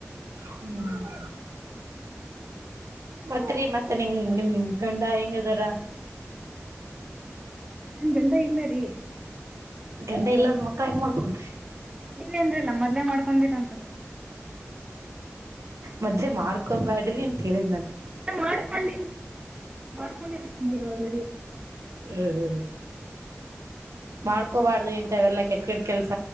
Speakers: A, on the right; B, on the right.
A: ಹ್ಮ್ ಮತ್ರಿ ಮತ್ತೆ ನಿಂಗ ನಿಮ್ ಗಂಡ ಹೆಂಗದಾರ
B: ನಾ ಗಂಡ ಇಲ್ಲ ರೀ
A: ಗಂಡೆ ಇಲ್ಲದ ಮಕ್ಳ ಏನ್ ಮಾಡ್ಕೊಂಡ್ರಿ
B: ನಿನ್ೇನ್್ರಿಲ್ಲ ಮೊದ್ಲೇ ಮಾಡ್ಕೀರಂತ
A: ಮದ್ೆ ಮಾಡ್ಕೊಬ್ಯಾಡ್ರಿ ಅಂತ ಕೇಳಿ
B: ಮಾಡ್ಕೊಂಡ ಮಾಡ್ಕೊಂಡಿತ ಆಲ್ರೆಡಿ
A: ಹ್ಮ ಮಾಡ್ಕೋಬಾರ್ದು ಇಂತವೆಲ್ಲ ಕೆಟ್ಟ ಕೆ ಕೆಲ್ಸ